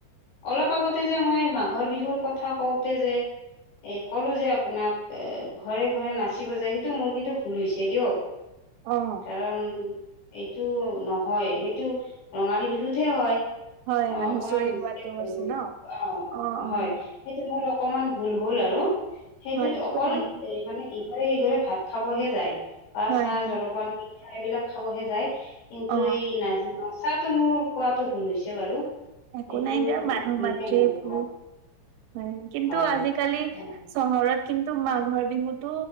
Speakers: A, on the left; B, on the right.
A: অলপ আগতে যে মই মাঘৰ বিহুৰ কথা কওঁতে যে এই ক'লো যে আপোনাক এ' ঘৰে-ঘৰে নাচিব যায় সেইটো মোৰ কিন্তু ভুল হৈছে দিয়ক।
B: অ',
A: কাৰণ- এইটো নহয়, সেইটো ৰঙালী বিহুত'হে হয়।
B: হয়,
A: অ',
B: হয়,
A: অকণমান
B: হুঁচৰি
A: মিছতে-
B: গোৱাটো
A: <unintelligible>
B: আছে ন?
A: অঁ',
B: অ', অ',
A: হয়, সেইটো মোৰ অকণমান ভুল হ'ল আৰু। সেইটোৱেতো,
B: হয়, একো
A: অকল
B: নহয়।
A: এই মানে- ইঘৰে-সিঘৰে ভাত খাব'হে যায়, বা
B: হয়
A: চাহ-জলপান,
B: হয়
A: পিঠা এইবিলাক খাব'হে যায়। কিন্তু
B: অ
A: এই নাচ-নাচাটো মোৰ কোৱাটো ভুল হৈছে বাৰু।
B: একো
A: সেইটো
B: নাই দিয়ক মানুহ
A: ভুলকে
B: মাত্ৰেই
A: নলব
B: ভুল হয়। কিন্তু
A: হয় হয়
B: আজিকালি-
A: অ
B: চহৰত কিন্তু মাঘৰ বিহুতো